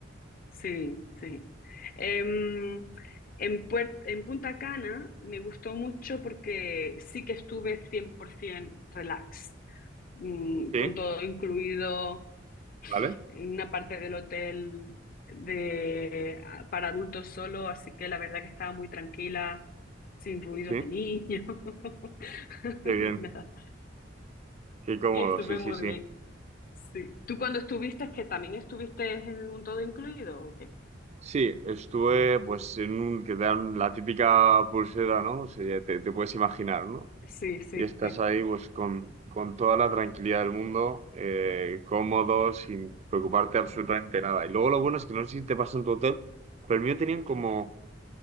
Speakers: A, on the left; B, on the right.
A: Sí, sí. Em, en, Puer- en Punta Cana me gustó mucho porque sí que estuve 100% relax, mm,
B: sí,
A: con todo incluido
B: vale,
A: en una parte del hotel de, para adultos solo, así que la verdad que estaba muy tranquila. sin ruidos
B: sí,
A: de niños, <laughs>
B: qué bien,
A: ni nada.
B: qué cómodo,
A: Y estuve
B: sí, sí,
A: muy
B: sí.
A: bien. Sí. ¿Tú cuando estuviste, es que también estuviste en un todo incluido o qué?
B: Sí, estuve pues en un, que te dan la típica pulsera, ¿no? O sea, ya te, te puedes imaginar, ¿no?
A: Sí, sí,
B: y estás
A: sí.
B: ahí pues con, con toda la tranquilidad del mundo, eh, cómodo, sin preocuparte absolutamente nada. Y luego lo bueno es que no sé si te pasa en tu hotel, pero el mío tenían como,